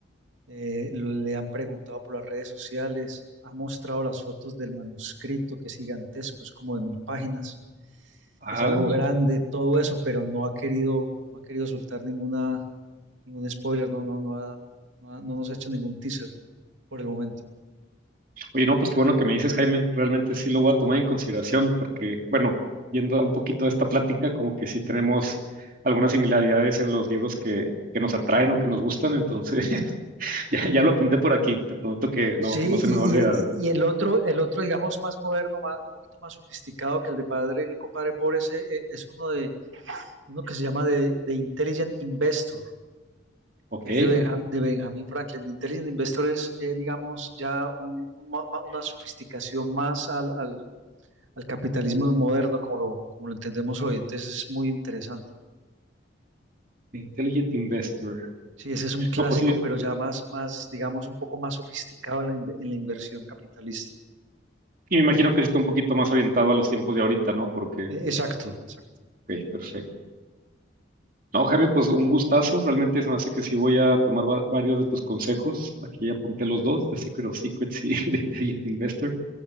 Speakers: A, on the right; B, on the right.
A: eh, le han preguntado por las redes sociales, ha mostrado las fotos del manuscrito que es gigantesco, es como de mil páginas,
B: Ah,
A: es algo Wow. grande, todo eso, pero no ha querido, no ha querido soltar ninguna, ningún spoiler, no, no, no ha- no ha- no nos ha hecho ningún teaser. por el momento.
B: Oye, no, pues qué bueno que me dices, Jaime. Realmente sí lo voy a tomar en consideración porque, bueno, yendo a un poquito de esta plática, como que sí tenemos algunas similaridades en los libros que, que nos atraen o que nos gustan. Entonces, <laughs> ya, ya lo apunté por aquí. Te prometo que no,
A: Sí,
B: no se
A: y,
B: me va a olvidar.
A: y- y el otro, el otro, digamos, más moderno, más, un poquito más sofisticado que el de Padre Rico, Padre Pobre, ese, eh, es uno de uno que se llama de, de Intelligent Investor,
B: Ok,
A: que es de, Benjam- de Benjamin Franklin. De Intelligent Investor es, eh, digamos, ya un- un ma- ma- una sofisticación más al, al- al capitalismo moderno, como lo, como lo entendemos hoy. Entonces es muy interesante.
B: The Intelligent Investor.
A: Sí, ese es un clásico,
B: No, pues sí.
A: pero ya más, más, digamos, un poco más sofisticado en la, in- en la inversión capitalista.
B: Y me imagino que sí está un poquito más orientado a los tiempos de ahorita, ¿no? Porque,
A: Eh, Exacto, exacto.
B: ok, perfecto. No, Jaime, pues un gustazo. Realmente se me hace que sí voy a tomar va- varios de tus consejos. Aquí ya apunté los dos, de Secret of Secrets y <laughs> de Intelligent Investor.